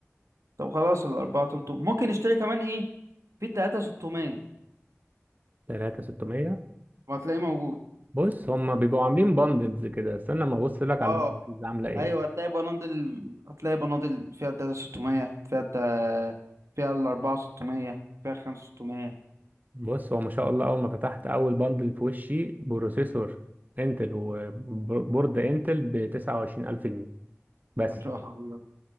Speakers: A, on the right (about 75°); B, on the right (about 35°).
A: طب خلاص ال 4 300 ممكن نشتري كمان ايه في 3 600
B: 3 600
A: وهتلاقيه موجود
B: بص هم بيبقوا عاملين باندلز كده استنى ما ابص لك على
A: اه
B: الباندلز عامله ايه
A: ايوه هتلاقي بناطيل هتلاقي بناطيل فيها 3 600 فيها تا... فيها ال 4 600 فيها 5 600
B: بص هو ما شاء الله اول ما فتحت اول باندل في وشي بروسيسور انتل وبورد انتل ب 29000 جنيه بس
A: ما شاء الله